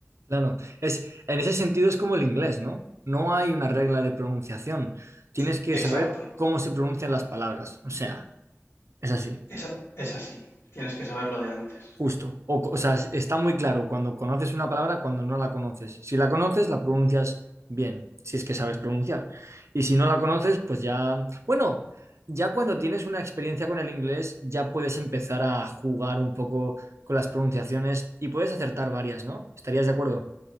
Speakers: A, on the right; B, on the left.
A: Claro, es, en ese sentido es como el inglés, ¿no? No hay una regla de pronunciación. Tienes
B: <laughs>
A: que
B: Exacto.
A: saber cómo se pronuncian las palabras. O sea, es así.
B: Es, es así, tienes que saberlo de antes.
A: Justo. O, o sea, está muy claro cuando conoces una palabra, cuando no la conoces. Si la conoces, la pronuncias bien, si es que sabes pronunciar. Y si no la conoces, pues ya... Bueno, ya cuando tienes una experiencia con el inglés, ya puedes empezar a jugar un poco con las pronunciaciones y puedes acertar varias, ¿no? ¿Estarías de acuerdo?